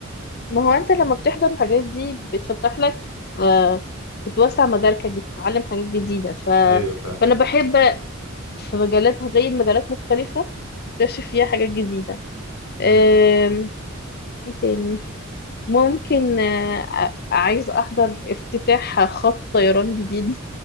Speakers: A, on the left; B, on the left.
A: ما هو انت لما بتحضر الحاجات دي بتفتح لك آه بتوسع مداركك بتتعلم حاجات جديدة ف...
B: ايوه فاهم
A: فأنا بحب في مجالات هتلاقي المجالات مختلفة تكتشف فيها حاجات جديدة
B: مم.
A: آم، ايه تاني ممكن آه ع- عايز أحضر افتتاح خط طيران جديد